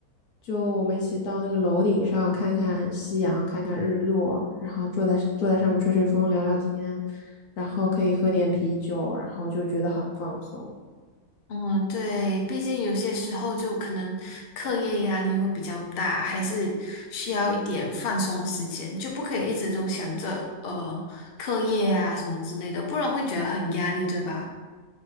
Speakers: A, on the left; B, on the left.
A: 就我们一起到那个楼顶上看看夕阳，看看日落，然后坐在坐在上面吹吹风，聊聊天，然后可以喝点啤酒，然后就觉得很放松。
B: 嗯，对，毕竟有些时候就可能课业压力会比较大，还是需要一点放松时间，就不可以一直都想着呃课业啊什么之类的，不然会觉得很压力，对吧？